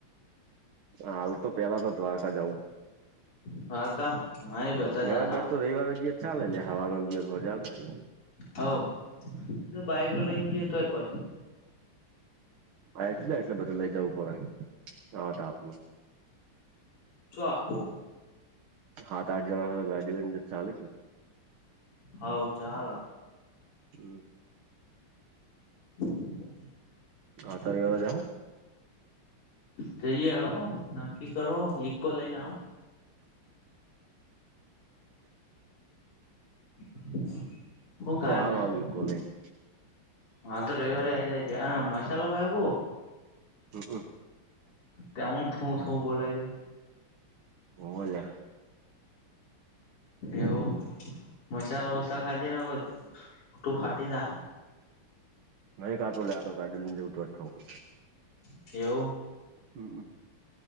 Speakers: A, on the right; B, on the left.
A: હાલ તો પેલા તો દ્વારકા જવું.
B: દ્વારકા હા એ બધા
A: ઘણા
B: જતા
A: બેર તો રવિવાર જત ચાલેે લે હવાનું જત હોજ આવતા ર
B: હઉ તો બાાયકો લઈ જે તો પોચીએ.
A: આ જાય એટલે બધું લઇ જવું પડે હ આપું.
B: ચું હકો.
A: હા આઠ જણા ગાડી લાય ચાલે.
B: હવ ચાલે.
A: હમ.
B: હ <unintelligible>
A: હા તૈયાર અજ આવુ.
B: જઈ હળો નક્કી કરો ઈકો લઈને આવ. <inaudible> ખાય
A: તો હાલ
B: મશીન
A: આવ ઈકો લઈને.
B: હા તો રવિવારે આ જાય છે મસાલો ખાય બઉ.
A: હમમ
B: તમન થું થુંં બોય છે.
A: હોવે લયા..
B: એવું મસલા વસા ખાજે ને કોઠું ફાટી તા
A: નહીંતો લેતો ગાડી લઈને જવું તો જ ખઉ છું.
B: કેવું.
A: હમ હમ.